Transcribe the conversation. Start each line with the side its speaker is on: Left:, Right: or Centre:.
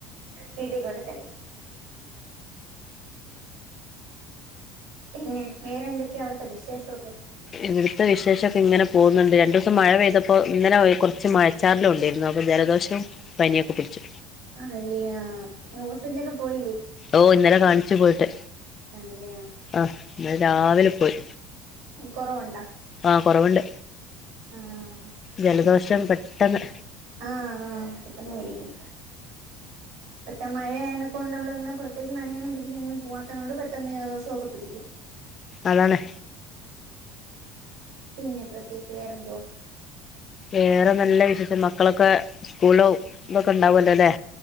Right: വീട്ടിൽ കൊണ്ട് തരും പിന്നെ വേറെന്തൊക്കെയാ അവിടുത്തെ വിശേഷൊക്കെ
Left: ഇവിടുത്തെ വിശേഷൊക്കെ ഇങ്ങനെ പോകുന്നുണ്ട് രണ്ടു ദിവസം മഴ പെയ്തപ്പോ ഇന്നലെ കുറച്ച് മഴ ച്ചാറലും ഉണ്ടായിരുന്നു അപ്പൊ ജലദോഷവും പനിയൊക്കെ പിടിച്ചു
Right: ആണല്ലേ ആ ഹോസ്പിറ്റിലൊക്കെ പോയില്ലേ
Left: ഓ ഇന്നലെ കാണിച്ചു പോയിട്ട്
Right: ആല്ലല്ലേ
Left: ആഹ് ഇന്നലെ രാവിലെ പോയി
Right: ഉം കൊറവുണ്ടാ
Left: ആഹ് കൊറവുണ്ട്
Right: ആഹ്
Left: ജലദോഷം പെട്ടെന്ന്
Right: ആ ആ പെട്ടെന്ന് പിടിക്കും മറ്റേ മഴയാനെ കൊണ്ട് നമ്മള അങ്ങനെ പുറത്തേക്ക് നനയാനും പിടിക്കാനൊന്നും പോവാത്തത് കൊണ്ട് പെട്ടെന്നു ജലദോഷോ ഒക്കെ പിടിക്കും
Left: അതാണെ
Right: പിന്നെ പ്രത്യേകിച്ച് വേറെന്തുവാ
Left: വേറെ നല്ല വിശേഷം മക്കളൊക്കെ സ്കൂളോ ഇതൊക്കെ ണ്ടാവല്ലോല്ലേ